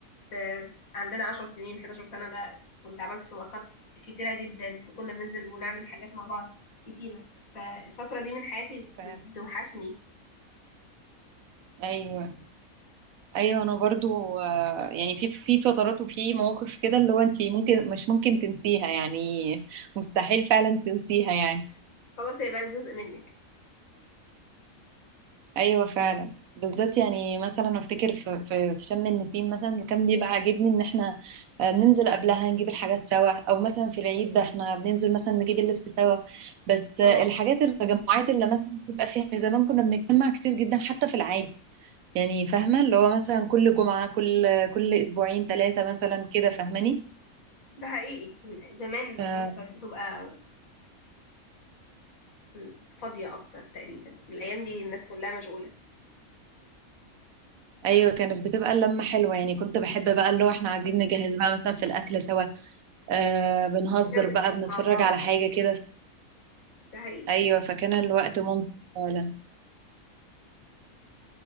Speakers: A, on the left; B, on the right.
A: في في- عندنا عشر سنين 11 سنة ده كنت عملت صداقات كتيرة جدا وكنا بننزل ونعمل حاجات مع بعض كتيرة فالفترة دي من حياتي
B: ف-
A: بت- بتوحشني
B: ايوه ايوه انا برضو آه، يعني في في فترات وفي مواقف كده اللي هو انت ممكن مش ممكن تنسيها يعني مستحيل فعلا تنسيها يعني
A: خلاص هي بقت جزء منك
B: ايوه فعلا بالذات يعني مثلا افتكر في في في شم النسيم مثلا اللي كان بيبقى عاجبني ان احنا آه، بننزل قبلها نجيب الحاجات سوا او مثلا في العيد ده احنا بننزل مثلا نجيب اللبس سوا بس
A: اه
B: آه، الحاجات التجمعات اللي مثلا بيبقى فيها يعني زمان كنا بنتجمع كتير جدا حتى في العادي يعني فاهمه اللي هو مثلا كل جمعه كل كل اسبوعين ثلاثه مثلا كده فاهماني
A: ده حقيقي زمان
B: آه،
A: الناس كانت بتبقى م- فاضية أكتر تقريبا الأيام دي الناس كلها مشغولة
B: ايوه كانت بتبقى اللمه حلوه يعني كنت بحب بقى اللي هو احنا قاعدين نجهز بقى مثلا في الاكل سوا آه بنهزر
A: نعمل
B: بقى
A: حاجات
B: بنتفرج
A: مع بعض
B: على حاجة كده
A: ده حقيقي
B: أيوة فكان الوقت ممتع فعلا